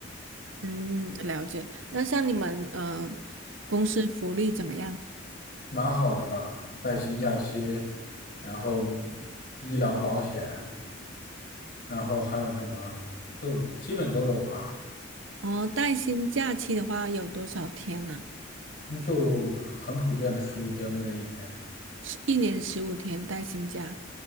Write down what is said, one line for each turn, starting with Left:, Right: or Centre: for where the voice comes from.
Right: 嗯，了解。那像你们呃，公司福利怎么样？
Left: 蛮好的吧？带薪假期，然后医疗保险，然后还有什么，就基本都有吧，
Right: 哦，带薪假期的话有多少天呢、
Left: 嗯就很普遍的十五天呗，一年，
Right: 是一年十五天带薪假。